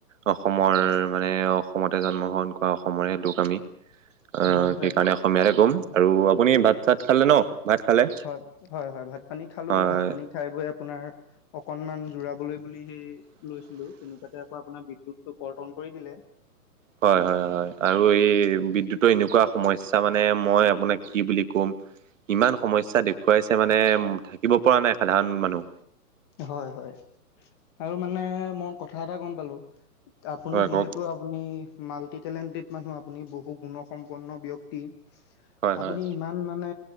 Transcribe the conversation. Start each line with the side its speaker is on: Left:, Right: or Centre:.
Right: অসমৰ মানে অসমতে জন্মগ্ৰহণ কৰা অসমৰে লোক আমি।
Left: <unintelligible>
Right: অঁ'
Left: হয়
Right: সেইকাৰণে অসমীয়াহে ক'ম আৰু আপুনি ভাত চাত খালে ন, ভাত খালে?
Left: হয় হয় হয়, ভাত পানী খালোঁ,
Right: হয়
Left: ভাত পানী খাই বৈ আপোনাৰ অকনমান জোৰাবলৈ বুলি সেই লৈছিলো। তেনেকুৱাঁতে আকৌ আপোনাৰ বিদ্যুত টো কৰ্তন কৰি দিলে।
Right: হয় হয় হয় আৰু এই বিদ্যুতৰ এনেকুৱা সমস্যা মানে মই আপোনাক কি বুলি ক'ম। ইমান সমস্যা দেখুৱাইছে মানে থাকিব পৰা নাই সাধাৰণ মানুহ।
Left: হয় হয় আৰু মানে মই কথা এটা গম পালোঁ। আপুনি
Right: হয়
Left: যিহেতু
Right: কওক
Left: আপুনি মাল্টি টেলেন্টেড মানুহ আপুনি। বহু গুণসম্পন্ন বক্তি।
Right: হয়
Left: আপুনি
Right: হয়।
Left: ইমান মানে